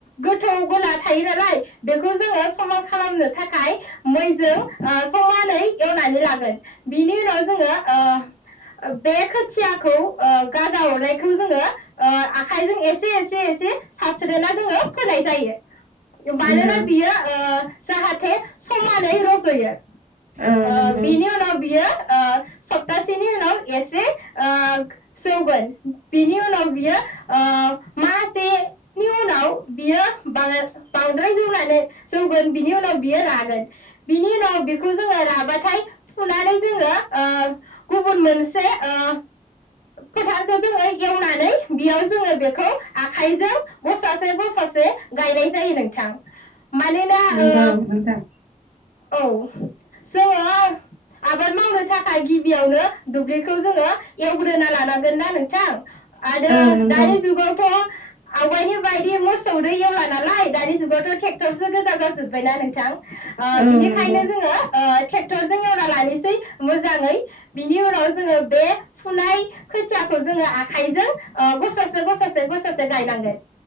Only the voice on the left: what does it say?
गोथौ गोला थायो नालाय बेखौ जोङो समान खालामनो थाखाय मैजों ओ समानै एवनानै लागोन बिनि उनाव जोङो ओ बे खोथियाखौ ओ गाजा अरनायखौ जोङो ओ आखाइजों एसे एसे एसे सारस्रिना जोङो फोनाय जायो मानोना
बियो ओ जाहा थे समानै रज'यो ओ
बिनि उनाव बियो ओ सप्तासेनि उनाव एसे ओ जौगोन बिनि उनाव बियो ओ मासेनि उनाव बियो बांद्राय जौनानै जौगोन बिनि उनाव बियो रागोन बिनि उनाव बिखौ जोङो राबाथाय फुनानै जोङो ओ गुबुन मोनसे ओ फोथारखौ जोङो एवनानै बेयाव जोङो बेखौ आखाइजों गसासे गसासे गायनाय जायो नोंथां मानोना
ओ
औ जोङो आबाद मावनो थाखाय गिबियावनो दुब्लिखौ जोङो एवग्रोना लानांगोन ना नोंथां आरो
दानि जुगावथ' आवगायनि बायदि मोसौदो एवला नालाय दानि जुगावथ' ट्रेक्टरसो गोजा जाजोबबायना नोंथां ओ
बिनिखायनो
जोङो ओ ट्रेक्टरजों एवना लानिसै मोजाङै बिनि उनाव जोङो बे फुनाय खोथियाखौ जोङो आखाइजों ओ गसासे गसासे गसासे गायनांगोन